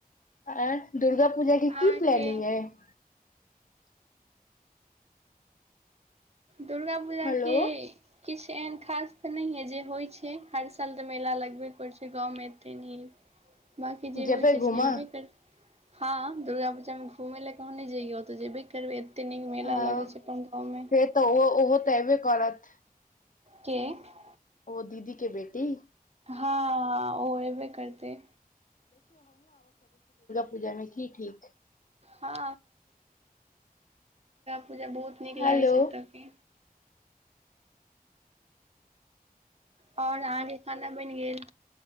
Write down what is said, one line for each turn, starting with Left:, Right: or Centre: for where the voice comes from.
Left: आ दुर्गा। <unintelligible> पूजा
Right: अहाँके
Left: के की प्लानिंग अइ। <unintelligible>
Right: दुर्गा पूजा
Left: हेलो
Right: के किछु- एहन खास तऽ नहि य। जे होइ छै हर साल तऽ मेला लगबे पड़ छै गाँव में। <unintelligible> बाँकी जे
Left: जेबै
Right: होइ छै
Left: घूमऽ
Right: से हेबे कर हँ दुर्गा पूजामे घुमै लए। क नहि जेऔ तऽ जेबै। <unintelligible> फेर भ एते नीक मेला
Left: हँ
Right: लगै छै अपन गाँव मे।
Left: फेर
Right: <unintelligible>
Left: तऽ ओहो -ओहो तऽ एबे करत। <unintelligible> <unintelligible>
Right: के। <unintelligible>
Left: ओ दीदी के बेटी। <unintelligible>
Right: हँ <unintelligible> ओ हबे करते।
Left: पुजा मे की ठीक छै।
Right: हँ पुजा बहुत नीक
Left: हेलो
Right: लागै छै एतयके। और अहांके खाना बनि गेल?